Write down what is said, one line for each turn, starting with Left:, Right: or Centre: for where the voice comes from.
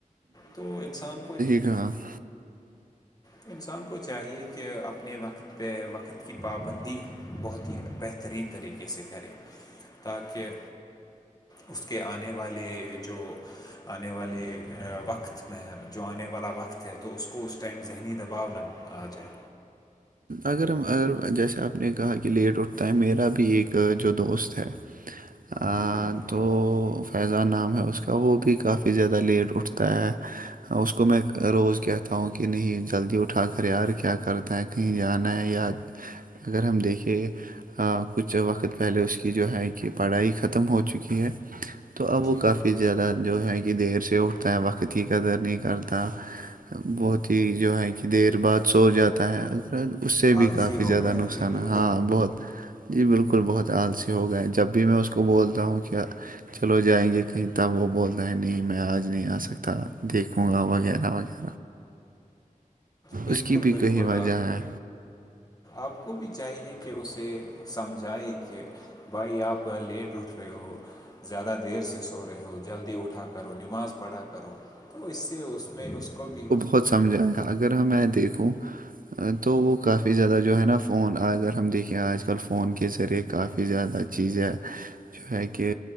Left: تو انسان کو
Right: رہا <inaudible>
Left: تو انسان کو چاہیے کہ اپنے وقت پہ وقت کی پابندی بہت ہی بہترین طریقے سے کرے تاکہ اس کے آنے والے جو آنے والے وقت میں جو آنے والا وقت ہے تو اس کو اس ٹائم ذہن ان دباؤ ن آ جائے
Right: اگر ہم اگر جیسے آپ نے کہا کہ لیٹ اٹھتا ہے میرا بھی ایک جو دوست <inaudible>
Left: جی بالکل
Right: تو فیضان نام ہے اس کا وہ بھی کافی زیادہ لیٹ اٹھتا ہے ہ اس کو میں روز کہتا ہوں کہ نہیں جلدی اٹھا کر یار کیا کرتا ہے کہیں جانا ہے یا اگر ہم دیکھیں ہاں کچھ وقت پہلے اس کی جو ہے کہ پڑھائی ختم ہو چکی ہے تو اب وہ
Left: جی
Right: کافی
Left: بالکل
Right: زیادہ جو ہے کہ دیر سے اٹھتا ہے وقت کی قدر نہیں کرتا بہت ہی جو ہے کہ دیر بعد سو جاتا ہے اس سے بھی
Left: آلسی
Right: کافی
Left: ہو
Right: زیادہ
Left: گیا
Right: نقصان
Left: جی بالکل
Right: ہے ہاں بہت جی بالکل بہت آلسی ہو گئے جب بھی میں اس کو بولتا ہوں کیا چلو جائیں گے کہیں تب وہ بولتا ہے نہیں میں آج نہیں آ سکتا دیکھوں گا وغیرہ وغیرہ
Left: بالکل
Right: اس کی بھی
Left: بالکل
Right: کئی وجہ ہے
Left: آپ کو بھی چاہیے کہ اسے سمجھائے کہ بھائی آپ لیٹ اٹھ رہے ہو زیادہ دیر سے سو رہے ہو جلدی اٹھا کرو نماز پڑھا کرو تو اس سے اس میں اس کو بھی
Right: بہت سمجھائے گا اگر ہم میں دیکھوں تو وہ کافی زیادہ جو ہے نا فون اگر ہم دیکھیں آج کل فون کے ذریعے کافی زیادہ چیز ہے جو ہے کہ